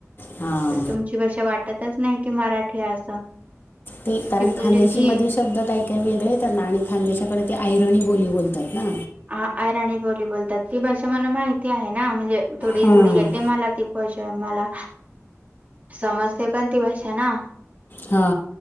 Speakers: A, on the left; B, on the right.
A: हां
B: तर तुमची भाषा वाट तच नाही की मराठी आहे असं.
A: ते
B: तर
A: कारण
B: ती बोलली
A: खांदेशी
B: की
A: मध्ये शब्द काही काही वेगळे येतात ना. आणि खानदेशाकडे ते आयरणी बोली बोलतात ना.
B: हा, आयराणी बोली बोलतात. ती भाषा मला माहिती आहे ना, म्हणजे थोडी
A: हं,
B: थोडी येते मला ती. भाषा मला समजते पण ती भाषा ना.
A: हा.